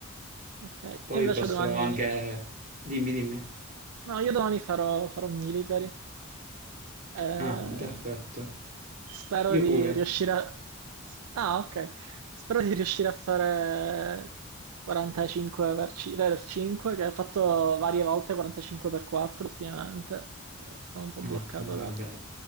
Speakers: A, on the right; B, on the right.
A: Ok,
B: Poi
A: io invece
B: posso
A: domani...
B: anche... Dimmi, dimmi.
A: No, io domani farò, farò military. Eh,
B: Ah, perfetto.
A: spero
B: Io
A: di
B: pure.
A: riuscire a... Ah, ok. Spero di riuscire a fare 45 per 5, che ho fatto varie volte 45 per 4 ultimamente. Eh, sono un po'
B: Eh,
A: bloccato
B: eh, vabbè.
A: da...